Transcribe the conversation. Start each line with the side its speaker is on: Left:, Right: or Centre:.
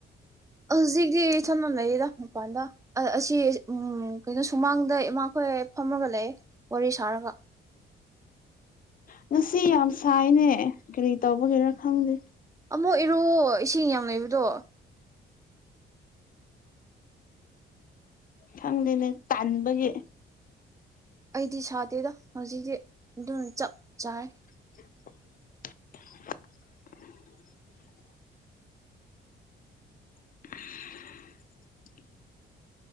Right: ꯍꯧꯖꯤꯛꯇꯤ ꯏꯊꯟꯇꯥ ꯂꯩꯌꯦꯗ ꯃꯄꯥꯟꯗ ꯑ ꯑꯁꯤ ꯎꯨꯝ ꯀꯩꯅꯣ ꯁꯨꯃꯥꯡꯗ ꯏꯃꯥꯈꯣꯏ ꯐꯝꯃꯒ ꯂꯩ ꯋꯥꯔꯤ ꯁꯥꯔꯒ
Left: ꯉꯁꯤ ꯌꯥꯝ ꯁꯥꯏꯅꯦ ꯀꯔꯤ ꯇꯧꯕꯒꯤꯔꯥ ꯈꯪꯗꯦ
Right: ꯑꯃꯛ ꯏꯔꯨꯑꯣ ꯏꯁꯤꯡ ꯌꯥꯝ ꯂꯩꯕꯗꯣ
Left: ꯈꯪꯗꯦꯅꯦ ꯇꯥꯟꯕꯒꯤ
Right: ꯑꯩꯗꯤ ꯁꯥꯗꯦꯗ ꯍꯧꯖꯤꯛꯇꯤ ꯑꯗꯨꯝ ꯆꯞ ꯆꯥꯏꯌꯦ
Left: <inaudible> <unintelligible>